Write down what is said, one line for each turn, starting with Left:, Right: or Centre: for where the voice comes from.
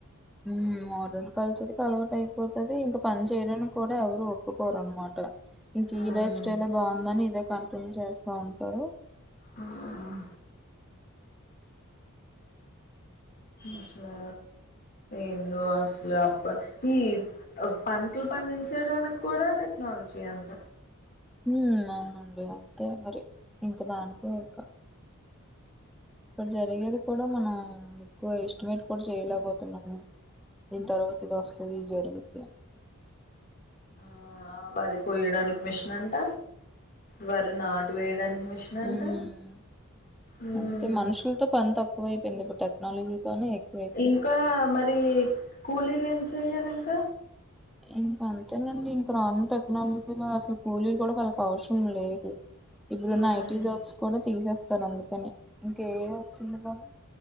Centre: మ్ మోడ్రన్ కల్చర్కి అలవాటు అయిపోతది ఇంక పని చేయడానికి కూడ ఎవరు ఒప్పుకోరునమాట. ఇంక
Left: అవును
Centre: ఈ లైఫ్ స్టైలె బావుందని ఇదే కంటిన్యూ చేస్తా ఉంటారు.
Left: ఉమ్ అసలు ఎందో అసలమ్ పత్తి అ పంటలు పండించేడానికి కూడా టెక్నాలజీయే అంట.
Centre: ఉమ్ అవునండి అంతే మరి ఇంక దానికే ఇంక ఇప్పుడు జరిగేది కూడా మనం ఎక్కువ ఎస్టిమేట్ కూడ చేయలేకపోతున్నాము. దీన్ తర్వాత ఇది వస్తది జరుగుద్ది అని
Left: ఆఆ వరి కోయడానికి మిషిన్ అంట వరి నాటు వేయ దానికి మెషిన్ అంట
Centre: హ్మ్.
Left: మ్
Centre: అంతే మనుషులతో పని తక్కువైపోయింది. ఇప్పుడు టెక్నాలజీతోనే ఎక్కువైపోయింది.
Left: ఇంకా మరి కూలీలు ఏం చెయ్యాలి ఇంక
Centre: ఇంకంతేనండి ఇంక రానున్న టెక్నాలజీలో అసలు కూలీలు కూడ వాళ్ళకి అవసరం లేదు. ఇప్పుడున్న
Left: ఉమ్
Centre: ఐటీ జాబ్స్ కూడ తీసేస్తారు అందుకని ఇంక ఏఐ ఒచ్చింది కదా.